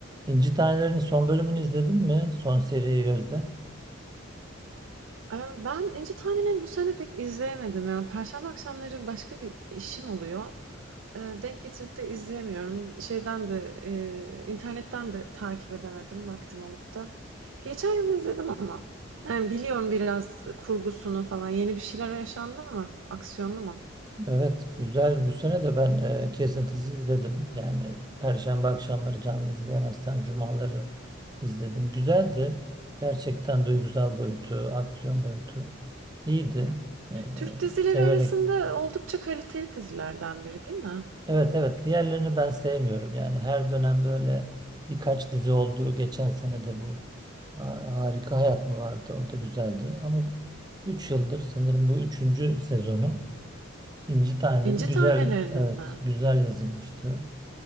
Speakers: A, on the right (about 20°); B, on the right (about 75°).
A: İnci Taneleri'nin son bölümünü izledin mi? Son seriyi Gözde.
B: Eee, ben İnci Taneleri'ni bu sene pek izleyemedim ya. Perşembe akşamları başka bir işim oluyor. Eee, denk getirip de izleyemiyorum. Şeyden de, eee, internetten de takip edemedim vaktim olup da. Geçen yıl izledim ama. Yani biliyorum biraz kurgusunu falan. Yeni bir şeyler yaşandı mı? Aksiyonlu mu?
A: Evet, güzel. Bu sene de ben e, kesintisiz izledim. Yani Perşembe akşamları canlı izleyemezsem cumaları izledim. Güzeldi. Gerçekten duygusal boyutu, aksiyon boyutu iyiydi. E,
B: Türk dizileri
A: severek.
B: arasında oldukça kaliteli dizilerden biri değil mi?
A: Evet evet diğerlerini ben sevmiyorum. Yani her dönem böyle birkaç dizi oldu. Geçen sene de bu Ha- Harika Hayat mı vardı? O da güzeldi. Ama 3 yıldır sanırım bu üçüncü sezonu. İnci Taneleri
B: İnci
A: güzel,
B: Taneleri'nin
A: evet
B: mi?
A: güzel yazılmıştı.